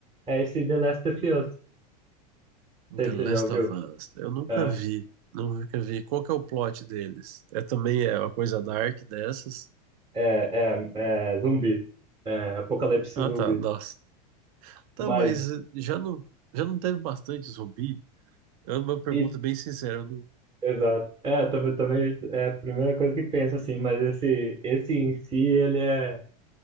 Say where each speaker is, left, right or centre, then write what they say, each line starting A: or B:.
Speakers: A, on the right; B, on the right.
A: é esse The Last of Us. Não sei
B: The
A: se
B: Last
A: você já ouviu.
B: of Us. Eu nunca
A: É,
B: vi. Nunca vi. Qual que é o plot deles? É também é uma coisa dark dessas?
A: é, é, é zumbi. É, apocalipse
B: Ah,
A: zumbi.
B: tá. Nossa. Tá,
A: Mas,
B: mas eh, já não, já não teve bastante zumbi? É uma pergunta
A: e,
B: bem sincera. eu não-
A: exato. É, também, também é a primeira coisa que penso, assim, mas esse, esse em si, ele é.